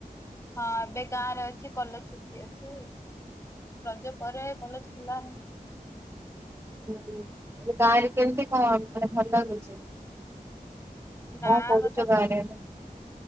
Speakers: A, on the left (about 20°); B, on the right (about 15°).
A: ହଁ ଏବେ ଗାଁ ରେ ଅଛି କଲେଜ ଛୁଟି ଅଛି, ରଜ ପରେ କଲେଜ ଖୋଲା
B: ହୁଁ ଏବେ ଗାଁରେ କେମିତି କଣ ମାନେ ଭଲ ଲାଗୁଛି?
A: ଗାଁ
B: କଣ କରୁଛ
A: କଥା
B: ଗାଁରେ ଏବେ?